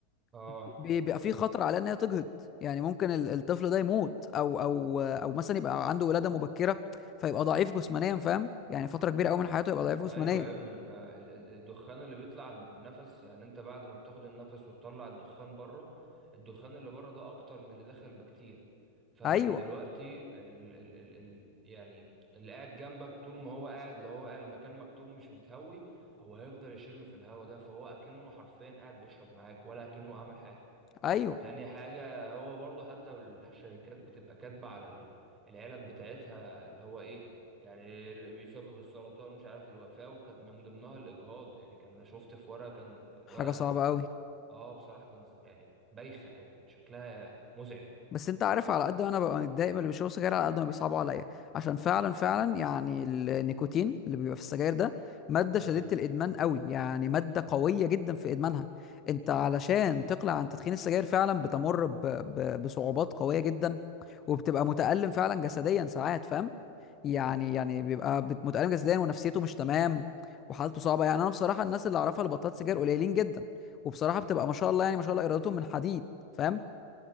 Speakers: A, on the right; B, on the left.
A: اه
B: بي- بيبقى في خطر على ان هي تجهض يعني ممكن ال- الطفل ده يموت او او او مثلا يبقى عنده ولاده مبكره فيبقى ضعيف جسمانيا فاهم يعني فتره كبيره قوي من حياته يبقى ضعيف جسمانيا
A: ايوه يا ابني ما ال- ال- الدخان اللي بيطلع من النفس يعني انت بعد ما بتاخد النفس وتطلع الدخان بره الدخان اللي بره ده اكتر من اللي دخل بكتير فانت
B: ايوه
A: دلوقتي ال ال ال ال يعني اللي قاعد جنبك طول ما هو قاعد لو هو قاعد المكان مكتوم مش متهوي هو هيفضل يشم في الهوا ده فهو اكنه حرفيا قاعد بيشرب معاك ولا اكنه عمل حاجه
B: ايوه
A: تاني حاجة هو برضو حتى الشركات بتبقى كاتبة على ال- العلب بتاعتها اللي هو ايه يعني اللي بيسبب السرطان ومش عارف الوفاة وكانت من ضمنها الإجهاض يعني كان أنا شفت في ورقة كان الورقة
B: حاجه صعبه قوي
A: مج... اه بصراحة كان س- يعني بايخة قوي شكلها مزعج
B: بس انت عارف على قد ما انا ببقى متضايق من اللي بيشربوا سجاير على قد ما بيصعبوا عليا عشان فعلا فعلا يعني النيكوتين اللي بيبقى في السجاير ده ماده شديده
A: امم
B: الادمان قوي يعني ماده قويه جدا في ادمانها انت علشان تقلع عن تدخين السجاير فعلا بتمر ب... ب... بصعوبات قويه جدا وبتبقى متألم فعلا جسديا ساعات فاهم يعني يعني بيبقى بت- متألم جسديا ونفسيته مش تمام وحالته صعبه يعني انا بصراحه الناس اللي اعرفها اللي بطلت سجاير قليلين جدا وبصراحه بتبقى ما شاء الله يعني ما شاء الله ارادتهم من حديد فاهم